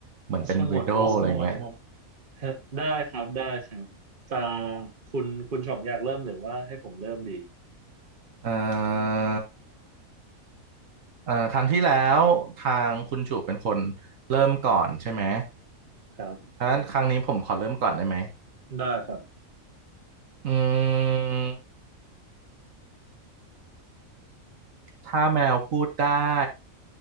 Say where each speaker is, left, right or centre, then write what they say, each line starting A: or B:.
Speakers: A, on the right; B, on the right.
A: เหมือนเป็นริด
B: <laughs> สงวนงงงวย
A: d ด e อะไรเงี้ย
B: <laughs> ได้ครับได้ครับจะคุณคุณชงอยากเริ่มหรือว่าให้ผมเริ่มดี
A: เอ่อเอ่อครั้งที่แล้วทางคุณชูเป็นคนเริ่มก่อนใช่ไหม
B: ครับ
A: เพราะฉะนั้นครั้งนี้ผมขอเริ่มก่อนได้ไหม
B: ได้ครับ
A: อืมถ้าแมวพูดได้